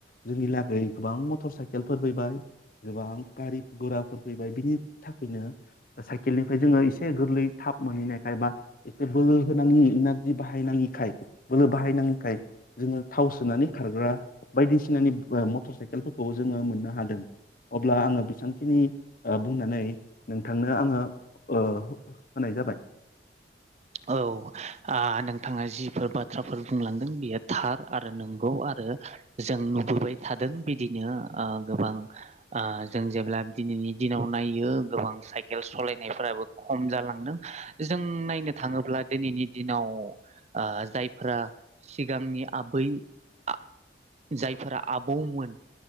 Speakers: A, on the left (about 50°); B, on the right (about 40°).
A: जोंनि लागै गोबां मटर साइकेलफोर फैबाय गोबां गारि गराफोर फैबाय बिनि थाखायनो साइकेलनिफ्राय जोङो एसे गोरलै थाब मोनहैनायखाय बा एसे बोलो होनाङि इनारजि बाहायनाङि खाय बोलो बाहायनाङि खाय जोङो थाव सोनानै खारग्रा बायदिसिनानि ओ मटर साइकेल <unintelligible> फोरखौ जोङो मोननो हादों अब्ला आङो बेसेबांखिनि बुंनानै नोंथांनो आङो हो होनाय जाबाय
B: औ ओ नोंथाङा जिफोर बाथ्राफोर बुंलांदों बेयो थार आरो नंगौ आरो जों नुबोबाय थादों बिदिनो ओ गोबां जों जेब्ला दिनैनि दिनाव नायो गोबां साइकेल सलायनायफोराबो खम जालांदों जों नायनो थाङोब्ला दिनैनि दिनाव ओ जायफोरा सिगांनि आबै आ जायफोरा आबौमोन